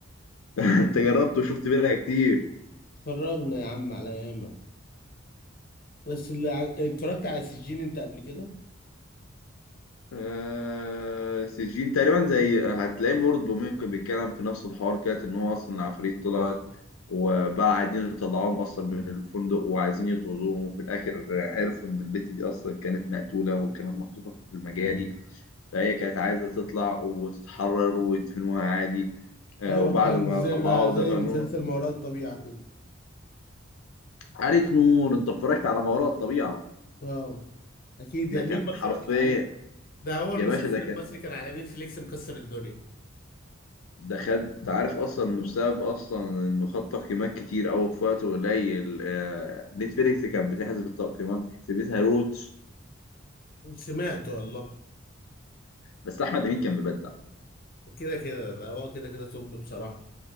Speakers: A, on the left; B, on the left.
A: <laughs> أنت جربت وشفت منها كتير
B: اتفرجنا يا عم على ياما بس اللي ع- اتفرجت على سجين انت قبل كده
A: آه سجين تقريبا زي هتلاقيه برضه ممكن بيتكلم في نفس الحوار كده ان هو اصلا العفاريت طلعت وبقى عايزين يطلعوهم اصلا من الفندق وعايزين يطردوهم وفي الاخر عرفوا ان البت دي اصلا كانت مقتولة وكانت محطوطة في المجاري فهي كانت عايزة تطلع وتتحرر ويدفنوها عادي آه
B: ايوه
A: وبعد
B: الكلام
A: ما
B: ده زي
A: طلعوها
B: ما
A: ودفنوها
B: زي مسلسل ما وراء الطبيعه كده
A: عليك نور انت اتفرجت على ما وراء الطبيعة
B: اه اكيد
A: ده
B: يا
A: كان
B: مين ما
A: حرفيا
B: اتفرجش عليه ده هو المسلسل
A: يا باشا ده كان
B: المصري كان على نتفليكس مكسر الدنيا
A: ده خد انت عارف اصلا انه بسبب اصلا انه خد تقييمات كتير قوي في وقت قليل آه... نتفليكس كانت بتحسب التقييمات حسبتها روتش
B: سمعته والله
A: بس احمد امين كان مبدع
B: كده كده ده هو كده كده توب بصراحه